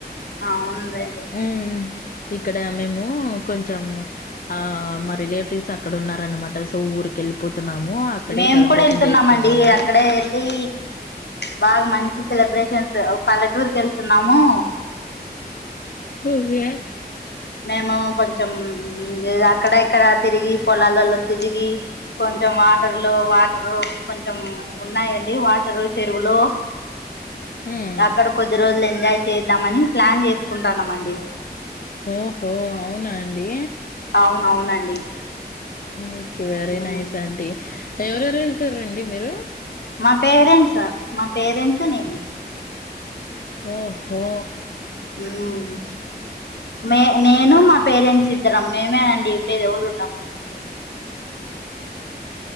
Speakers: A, on the left; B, on the left.
A: అవును లెండి
B: ఉమ్ ఇక్కడ మేము కొంచెం ఆ మా రిలేటివ్స్ అక్కడ ఉన్ననమాట సో ఊరిక వెళ్ళిపోతున్నాము అక్కడ
A: మేము
B: సెలబ్రేషన్
A: కూడా వెళ్తున్నామండి
B: చేసుకుందామని
A: అక్కడే వెళ్ళి బాగా మంచి సెలబ్రేషన్స్ పల్లెటూర్ క వెళ్తున్నాము
B: నీవే
A: మేము కొంచెం అక్కడ ఎక్కడ తిరిగి పొలాలలో తిరిగి కొ కొంచెం వాటర్లు వాటరు కొంచెం ఉన్నాయంండి వాటరు చెరువులు
B: ఉమ్
A: అక్కడ కొద్ది రోజులు ఎంజాయ్ చేద్దామని ప్లాన్ చేసుకుంటాన్నా అండి
B: ఓహో అవునా అండి
A: అవునవునండి
B: ఓకే వెరీ
A: మ్మ్
B: నైస్ ఆంటీ ఎవరెవరు వెళ్తారండి మీరు
A: మా పేరెంట్స మా పేరెంట్స్ నేను
B: ఓ హో
A: హ్మ్ మే నేను మా పేరెంట్స్ ఇద్దరం మేమే అండి ఉండేది ఎవరు ఉండం
B: రజస్